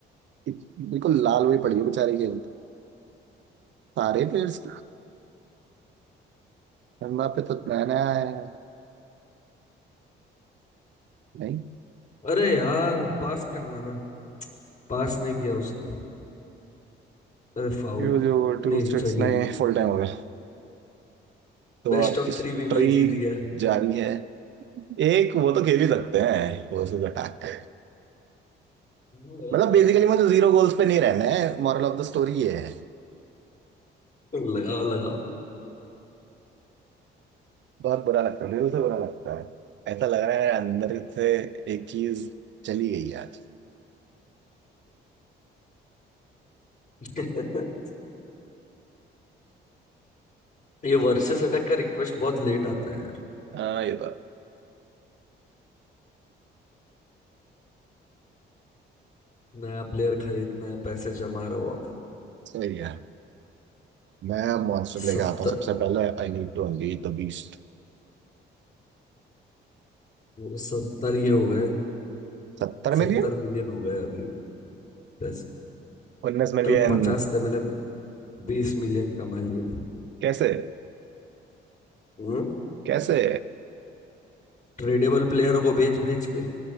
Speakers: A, on the right; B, on the left.
A: बिल्कुल लाल हुई पड़ी है बेचारी खेल सारे प्लेयर्स एम्बाप्पे तो नया नया आया है नहीं
B: अरे यार पास करना था पास नहीं किया उसने अरे फाउल
A: ये जो वर्टिकल
B: नहीं
A: स्टेक्स
B: अच्छा गेम
A: नए फुल टाइम हो गया तो
B: बेस्ट
A: आपकी
B: ऑफ
A: स्ट्री
B: थ्री भी मैं जीत गया
A: जारी है एक वो तो खेल ही सकते हैं वर्सेस अटैक
B: लगाओ
A: मतलब
B: लगाओ
A: बेसिकली मुझे जीरो गोल्स पे नहीं रहना है मॉरल ऑफ द स्टोरी ये है
B: <laughs> लगाओ लगाओ
A: बहुत बुरा लगता है दिल से बुरा लगता है ऐसा लग रहा है मेरे अंदर से एक चीज चली गई है आज
B: <laughs> ये वर्सेस अटैक का रिक्वेस्ट बहुत लेट आता है यार
A: हाँ ये तो
B: नया प्लेयर खरीदना है पैसे जमा रहे हो आप
A: सही है मैं मॉन्स्टर लेके
B: सत्तर
A: आता हूँ सबसे पहले I need to unleash the beast
B: सत्तर ये हो गए
A: सत्तर
B: सत्तर
A: million
B: मिलियन हो गए अभी पैसे
A: उन्नीस million
B: कल पचास थे मैंने बीस मिलियन कमा लिए
A: कैसे
B: हम्म
A: कैसे
B: ट्रेडेबल प्लेयरों को बेच बेच के